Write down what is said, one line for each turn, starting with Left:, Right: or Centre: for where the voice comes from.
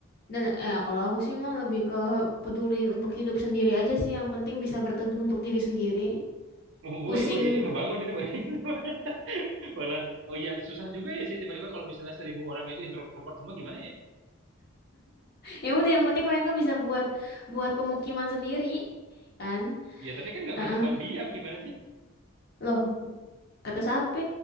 Left: Dan eh kalau aku sih mah lebih ke peduli untuk hidup sendiri aja sih. Yang penting bisa berteduh untuk diri sendiri.
Right: Oh,
Left: Pusing.
Right: Woi, woi, ini membangun ini. woi. <laughs> Malah, oh ya susah juga ya sih tiba-tiba kalau misalnya seribu orang itu introvert semua gimana ya?
Left: Ya udah yang penting mereka bisa buat buat pemukiman sendiri kan.
Right: Ya tapi kan nggak
Left: Heeh.
Right: berkembang biak gimana sih?
Left: Loh, kata siapa?